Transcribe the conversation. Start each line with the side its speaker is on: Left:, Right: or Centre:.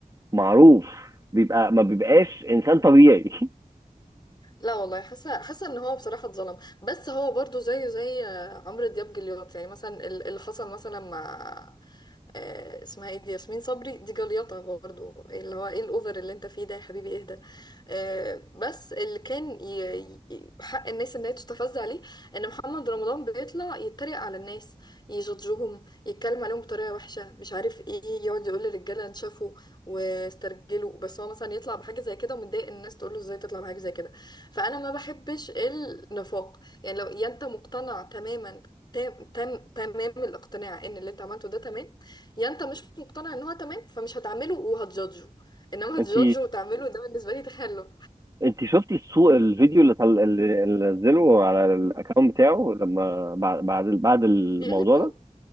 Right: معروف بيبقى ما بيبقاش انسان طبيعي <laughs>
Left: لا والله حاسه حاسه ان هو بصراحه اتظلم بس هو برضو زيه زي آه، عمرو دياب جليات يعني مثلا ال- اللي حصل مثلا مع آه، اسمها ايه دي ياسمين صبري دي جليطه برضو اللي هو ايه الاوفر اللي انت فيه ده يا حبيبي اهدى آه، بس اللي كان ي- ي- حق الناس ان هي تستفز عليه ان محمد رمضان بيطلع يتريق على الناس يجادجهم يتكلم عليهم بطريقه وحشه مش عارف ايه يقعد يقول للرجاله انشفوا واسترجلوا بس هو مثلا يطلع بحاجه زي كده ومتضايق إن الناس تقول له ازاي تطلع بحاجه زي كده فانا ما بحبش النفاق يعني لو يا انت مقتنع تماما تام تام تمام الاقتناع ان اللي انت عملته ده تمام يا انت مش مقتنع ان هو تمام فمش هتعمله وهتجادجه انما هتجادجه
Right: انت
Left: وتعمله ده بالنسبه لي تخلف
Right: انت شفتي الصو الفيديو اللي طل... اللي اللي نزله على الاكونت بتاعه لما بعد بعد بعد الموضوع
Left: دي قله ذوق
Right: ده